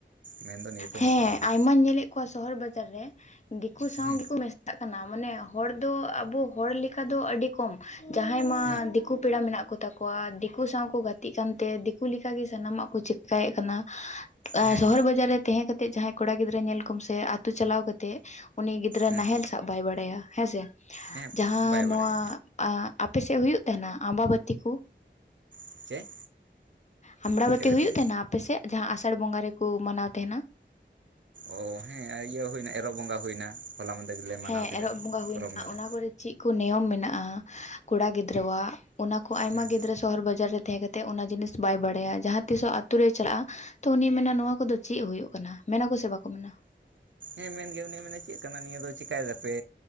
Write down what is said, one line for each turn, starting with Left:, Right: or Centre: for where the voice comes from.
Right: ᱢᱮᱱᱫᱚ ᱱᱤᱭᱟᱹ ᱛᱟᱵᱚᱱ
Left: ᱦᱮᱸ
Right: ᱯᱨᱚᱵᱞᱮᱢ
Left: ᱟᱭᱢᱟᱧ ᱧᱮᱞᱮᱫ ᱠᱚᱣᱟ ᱥᱚᱦᱚᱨ ᱵᱟᱡᱟᱨ ᱨᱮ ᱫᱤᱠᱩ ᱥᱟᱶ
Right: ᱦᱩᱸ
Left: ᱜᱮᱠᱚ ᱢᱮᱥ ᱢᱮᱛᱟᱜ ᱠᱟᱱᱟ ᱢᱟᱱᱮ ᱦᱚᱲ ᱫᱚ ᱟᱵᱚ ᱦᱚᱲ ᱞᱮᱠᱟ ᱫᱚ ᱟᱹᱰᱤ ᱠᱚᱢ ᱡᱟᱦᱟᱸᱭ ᱢᱟ
Right: ᱦᱩᱸ ᱯᱮᱲᱟ ᱢᱮᱱᱟᱜ ᱠᱚ ᱛᱟᱠᱚᱣᱟ ᱥᱟᱶ ᱠᱚ ᱜᱟᱛᱮᱜ ᱠᱟᱱᱛᱮ ᱞᱮᱠᱟᱜᱮ ᱥᱟᱱᱟᱢᱟᱜ ᱠᱚ ᱪᱮᱠᱟᱭᱮᱫ ᱠᱟᱱᱟ
Left: ᱫᱤᱠᱩ ᱯᱮᱲᱟ ᱢᱮᱱᱟᱜ ᱠᱚ ᱛᱟᱠᱚᱣᱟ ᱫᱤᱠᱩ ᱥᱟᱶ ᱠᱚ ᱜᱟᱛᱮᱜ ᱠᱟᱱᱛᱮ ᱫᱤᱠᱩ ᱞᱮᱠᱟᱜ ᱜᱮ ᱥᱟᱱᱟᱢᱟᱜ ᱠᱚ ᱪᱮᱠᱟᱭᱮᱫ ᱠᱟᱱᱟ᱾
Right: ᱦᱮᱸ
Left: ᱥᱚᱦᱚᱨ ᱵᱟᱡᱟᱨ ᱨᱮ ᱛᱟᱦᱮᱸ ᱠᱟᱛᱮᱜ ᱡᱟᱦᱟᱸᱭ ᱠᱚᱲᱟ ᱜᱤᱫᱽᱨᱟᱹ ᱧᱮᱞ ᱠᱚᱢ ᱥᱮ ᱟᱹᱛᱩ ᱪᱟᱞᱟᱣ ᱠᱟᱛᱮᱜ ᱩᱱᱤ ᱜᱤᱫᱽᱨᱟᱹ
Right: ᱦᱮᱸ
Left: ᱱᱟᱦᱮᱞ ᱥᱟᱵ ᱵᱟᱭ ᱵᱟᱲᱟᱭᱟ ᱦᱮᱸ ᱥᱮ
Right: ᱦᱮᱸ
Left: ᱡᱟᱦᱟᱸ
Right: ᱵᱟᱭ ᱵᱟᱲᱟᱭᱟ
Left: ᱱᱚᱣᱟ ᱟᱯᱮᱥᱮᱜ ᱦᱩᱭᱩᱜ ᱛᱟᱦᱮᱱᱟ ᱟᱢᱵᱟᱵᱟᱹᱛᱤ ᱠᱩ?
Right: ᱪᱮᱫ
Left: <inaudible> ᱟᱢᱵᱽᱲᱟ
Right: ᱪᱮᱫ
Left: ᱵᱟᱹᱛᱤ
Right: ᱜᱟᱛᱮ
Left: ᱦᱩᱭᱩᱜ ᱛᱟᱦᱮᱱᱟ᱾ ᱟᱯᱮ ᱥᱮᱫ ᱡᱟᱦᱟᱸ ᱟᱥᱟᱲ ᱵᱚᱸᱜᱟ ᱨᱮᱠᱚ ᱢᱟᱱᱟᱣ ᱛᱟᱦᱮᱱᱟ᱾
Right: ᱚᱻ ᱦᱮᱸ ᱤᱭᱟᱹ ᱦᱩᱭᱮᱱᱟ ᱮᱨᱚᱜ ᱵᱚᱸᱜᱟ ᱦᱩᱭᱮᱱᱟ ᱦᱚᱞᱟ ᱢᱟᱫᱮ ᱜᱮᱞᱮ ᱢᱟᱱᱟᱣ
Left: ᱦᱮᱸ
Right: ᱠᱮᱫᱟ
Left: ᱮᱨᱚᱜ ᱵᱚᱸᱜᱟ ᱦᱩᱭᱱᱟ
Right: ᱯᱚᱨᱚᱵᱽ ᱱᱟᱞᱮ᱾
Left: ᱚᱱᱟ ᱠᱚᱨᱮ ᱪᱮᱫ ᱠᱚ ᱱᱤᱭᱚᱢ ᱢᱮᱱᱟᱜᱼᱟ ᱠᱚᱲᱟ ᱜᱤᱫᱽᱨᱟᱹᱣᱟᱜ ᱚᱱᱟ ᱠᱚ ᱟᱭᱢᱟ
Right: ᱦᱮᱸ
Left: ᱜᱤᱫᱽᱨᱟᱹ? ᱥᱚᱦᱚᱨ ᱵᱟᱡᱟᱨ ᱨᱮ ᱛᱟᱦᱮᱸ ᱠᱟᱛᱮ ᱚᱱᱟ ᱡᱤᱱᱤᱥ ᱵᱟᱭ ᱵᱟᱲᱟᱭᱟ ᱡᱟᱦᱟᱸ ᱛᱤᱥᱚᱦ ᱟᱛᱳ ᱨᱮᱭ ᱪᱟᱞᱟᱜᱼᱟ᱾ ᱛᱚ ᱩᱱᱤᱭᱮ ᱢᱮᱱᱟ ᱱᱚᱣᱟ ᱠᱚᱫᱚ ᱪᱮᱫ ᱦᱩᱭᱩᱜᱭ ᱠᱟᱱᱟ ᱢᱮᱱᱟ ᱠᱚ ᱥᱮ ᱵᱟᱠᱚ ᱢᱮᱱᱟ?
Right: ᱦᱮᱸ ᱢᱮᱱᱜᱮ ᱩᱱᱤᱭ ᱢᱮᱱᱟ ᱪᱮᱫ ᱠᱟᱱᱟ ᱱᱤᱭᱟᱹ ᱫᱚ ᱪᱠᱟᱭ ᱫᱟᱯᱮ